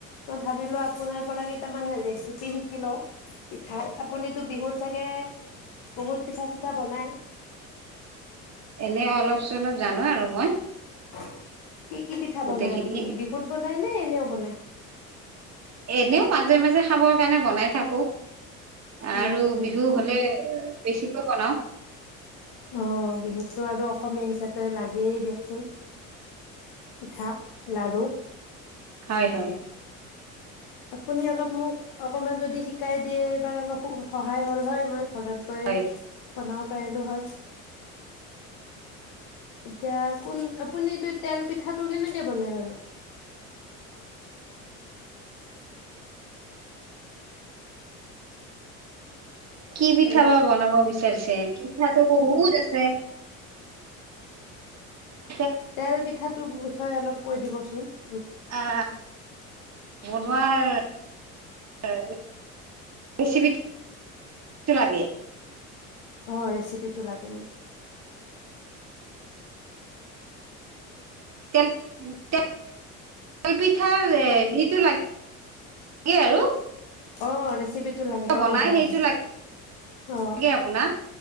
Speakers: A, on the left (about 60°); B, on the right (about 40°).
A: মই ভাবিলো আপোনাৰ পৰা কেইটামান ৰেচিপি শিকি লও পিঠাৰ। আপুনিতো বিহুত চাগে বহুত পিঠা চিঠা বনাই?
B: এনে অলপ চলপ জানো আৰু মই।
A: <unintelligible> কি কি পিঠা
B: গোটেইখিনি
A: বনাই আপুনি? বিহুত বনাই নে? এনেও বনাই।
B: এনেও মাজে মাজে খাবৰ কাৰণে বনাই থাকো। আৰু
A: উম,
B: বিহু
A: কি,
B: হলে বেছিকৈ বনাও
A: অ বিহুতটো আৰু অসমীয়া হিচাপে লা লাগেই দিয়কচোন পিঠা লাড়ু।
B: হয় হয়।
A: আপুনি অলপ মোক অকমান যদি শিকাই দিয়ে, এইবাৰ অলপ সহায় হল হয়। মই ঘৰত গৈ
B: হয়
A: বনাব পাৰিলো হয়। তিয়া কোন আপুনি তেল পিঠাটো কেনেকে বনাই বাৰু?
B: কি পিঠা
A: হেল্ল'।
B: বা বনাব বিচাৰিছে, পিঠাটো বহুত আছে। <unintelligible>
A: তেল পিঠাটো বিষয়ে অলপ কৈ দিবচোন। ন।
B: আ। বনোৱা ৰে ৰেচিপি তে লাগে।
A: অ ৰেচিপিটো লাগে মোক।
B: তে তেলপিঠাৰ ইটো লাগ গে আৰু।
A: অ ৰেচিপিট টো লাগে।
B: বনাই
A: অ হয়
B: সেইটো
A: হয়। অ,
B: লাগে আপোনাক